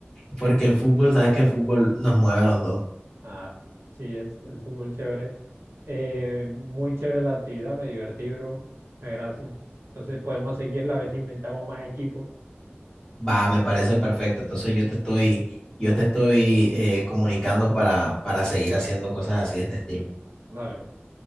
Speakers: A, on the left; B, on the right.
A: porque el fútbol, sabes que el fútbol nos mueve a los dos.
B: Ah, sí, es el fútbol chévere. Eh, muy chévere la actividad, me divertí, bro. Muchas gracias. Entonces podemos seguir la vez si inventamos más equipos.
A: Va, me parece perfecto. Entonces yo te estoy, yo te estoy eh, comunicando para, para seguir haciendo cosas así de este estilo.
B: Dale, bro.